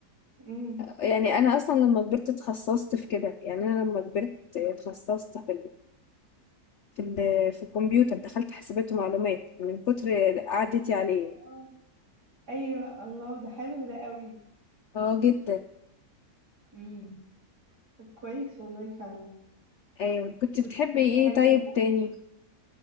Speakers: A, on the right; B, on the left.
A: امم
B: يعني انا اصلا لما كبرت اتخصصت في كده يعني انا لما كبرت اتخصصت في في ال في الكمبيوتر، دخلت حاسبات ومعلومات من كتر قعدتي عليه.
A: آه. ايوه الله ده حلو ده قوي
B: آه جدًا،
A: امم طب كويس والله فعلا
B: أيوه. كنت بتحبي
A: كنت شاطره في
B: إيه
A: اي حاجه
B: طيب
A: تانية
B: تاني؟